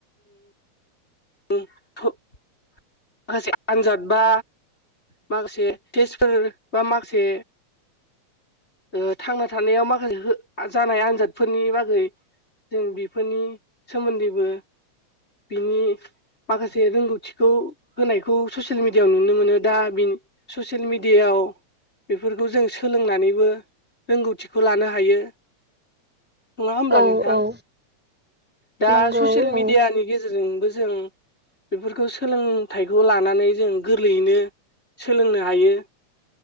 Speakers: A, on the left; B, in the centre.
A: बे थ <unintelligible> माखासे आनजाद बा माखासे टेस्टफोर बा माखासे। ओ थांना थानायाव माखासे जानाय आनजादफोरनि बागै। जों बेफोरनि सोमोन्दैबो बिनि माखासे रोंगौथिखौ होनायखौ ससियेल मिडियाायाव नुनो मोनो दा ससियेल मिडियायाव। याव बेफोरखौ जों सोलोंनानैबो रोंगौथिखौ लानो हायो। नङा होमब्ला
B: औ
A: नोंथां
B: औ
A: दा
B: नंगौ
A: ससियेल मिडियानि
B: औ
A: गेजेरजोंबो जों बेफोरखौ सोलोंथाइखौ लानानै जों गोरलैयैनो। सोलोंनो हायो